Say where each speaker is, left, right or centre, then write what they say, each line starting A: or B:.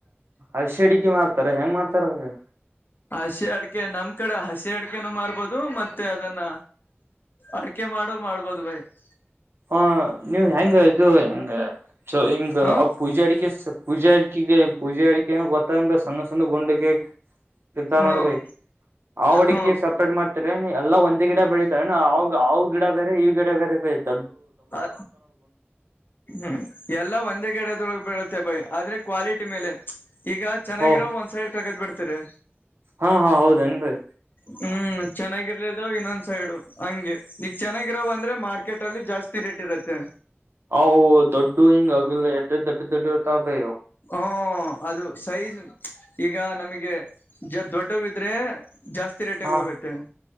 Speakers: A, on the right (about 65°); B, on the left (about 50°).
A: ಅಸಿ ಅಡಿಕೆ ಮಾಡ್ತಾರ ಹೆಂಗ್ ಮಾಡ್ತಾರ ಅವ.
B: ಹಸಿ ಅಡಕೆ ನಮ್ ಕಡೆ ಹಸಿ ಅಡಕೆ. ಅ ಮಾಡ್ಬೋದು ಮತ್ತೆ ಅದನ್ನ ಅಡೆ ಮಾಡ. <inaudible>
A: ಹಾ ನೀವು್ ಹೆಂಗ ಇದು ಹೆಂಗ ಹಿಂಗ
B: ಹ್ಮ
A: ಆ ಪೂಜೆ ಅಡಿಕೆ ಪೂಜೆ ಅ. ಗೆ ಪೂಜೆ ಅಡ ಗೊತ್ತ ಸಣ್ಣ ಸಣ್ಣ ಗುಂಡ ಕಕ. ಇರ್ತಾ
B: ಹ್ಮ್
A: ನೋಡ ಬೈ ಆ ಹುಡಿಕಿ
B: ಹ್ಮ್
A: ಸಪ್ರೇಟ್ ಮಾಡ್ತರ ಎಲ್ಲಾ ಒಂ. ಓ ಗಿಡ ಬೆಳಿತತಾವಣ್ಣವುವು ಗಿಡ ಬೇರೆ ಈವು ಗಿಡ ಬೇರೆ ಬಳ.
B: ಅ ಹ್ಮ್ ಎಲ್ಲ ಒಂದೇ ಗಗೆಡದೊಳಗೆ ಬೀಡತ್ತೆ ಬಾಯ ಆದ್ರೆ. ಕ್ವಾಲಿಟಿ ಮೇಲೆ ಈಗ ಚೆನ್ನಾಗಿರೋ
A: ಓಹ
B: ಒಂದ್ ಸೈಡ್ ತಗದ್ ಬಿಡ್ತೀರಿ.
A: ಹಾ ಹಾ ಹೌದ ಅನ. ಬಾಯ್
B: ಹ್ಮ್ ಚೆನ್ನಾಗಿರ್ಲದಾವ್ ಇನ್ನೊಂದ್ ಸೈಡು ಹಂಗೆ ಈಗ ಚೆನ್ನಾಗಿರಾವ ಅಂದ್ರೆ ಮಾರ್ಕೆಟ್ ಅಲ್ಲಿ ಜಾಸ್ತಿ. ತಿರಿಟ್ಟಿರುತ್ತೆ.
A: ಅ ದೊಡ್ಡು ಹಿಂಗ ಅಗ ಎಟ್ಟ ದೊಡ್ಡ ದೊಡ್ಡ ಇತ ಭಯವು.
B: ಹ್ಮ ಅದು ಸೈಜ್ ಈಗ ನಮಗೆ. ದೊಡ್ಡವಿದ್ರೆ ಜಾಸ್ತಿ ರೇಟಗ
A: ಹಾ
B: ಹೋಗುತ್ತೆ.